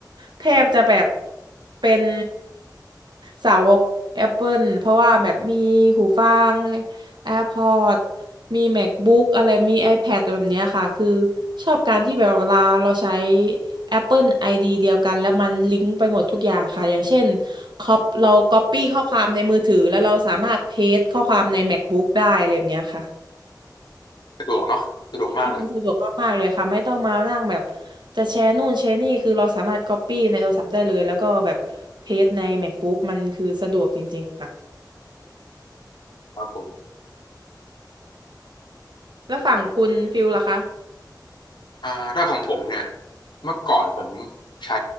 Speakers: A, on the right (about 75°); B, on the left (about 75°).
A: แทบจะแบบเป็นสาวก Apple เพราะว่าแบบมีหูฟัง AirPods มี MacBook อะไรมี iPad แบบเนี้ยค่ะคือชอบการที่แบบเวลาเราใช้ Apple ID เดียวกันแล้วมันลิงก์ไปหมดทุกอย่างค่ะอย่างเช่นคอปเรา Copy ข้อความในมือถือแล้วเราสามารถเพสข้อความใน MacBook ได้อะไรแบบเนี้ยค่ะ
B: สะดวกเนาะสะดวกมากเลย
A: ใช่มันสะดวกมากๆเลยค่ะไม่ต้องมานั่งแบบจะแชร์นู่นแชร์นี่คือเราสามารถ Copy ในโทรศัพท์ได้เลยแล้วก็แบบเพจใน MacBook มันคือสะดวกจริงๆค่ะ
B: ครับผม
A: แล้วฝั่งคุณฟิลล่ะคะ
B: อ่าถ้าของผมเนี่ยเมื่อก่อนผมใช้